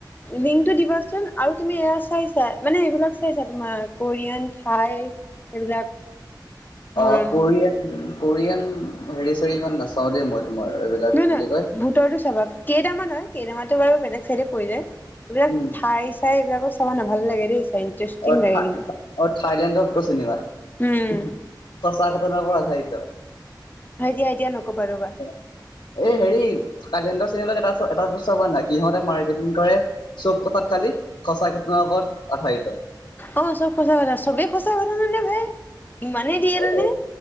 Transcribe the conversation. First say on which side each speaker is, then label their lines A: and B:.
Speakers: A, on the left; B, on the left.
A: লিংকটো দিবাচোন আৰু তুমি এয়া চাইছা, মানে এইবিলাক চাইছা তোমাক কৰিয়ান ঠাই, এইবিলাক হৰণ
B: অ, কৰিয়ান, কৰিয়ান হেৰি-চেৰি ইমান নাচাওঁ দেই মই তোমাৰ এইবিলাক
A: নহয়,
B: কি
A: নহয়
B: বুলি কয়
A: ভূতৰটো চাবা, কেইদামা নহয় কেইদামা টো বাৰু বেলেগ চাইডে পৰি যায়। এইবিলাক
B: উম
A: ঠাই চাই এইবিলাকো চাবনা, ভাল লাগে দেই চাই। ইণ্টাৰেষ্টিং
B: অ,
A: লাগে
B: থাই-অ,
A: কিন্তু।
B: থাইলেণ্ডৰ ভূতৰ চিনেমা। সঁচা
A: উম
B: ঘটনা ওপৰত আধাৰিত।
A: হয় দিয়া এতিয়া নক'বা ৰ'বা।
B: এ, হেৰি থাইলেণ্ডৰ চিনেমাট এটা, এটা বস্তু চাইচা নে নাই সহঁতে মাৰ্কেটিং কৰে চব কথাত খালি, সঁচা ঘটনাৰ ওপৰত আধাৰিত।
A: অ, চব কথা চবে সঁচা ঘটনানে ভাই, ইমানেই ৰিৱেল
B: এ
A: নে?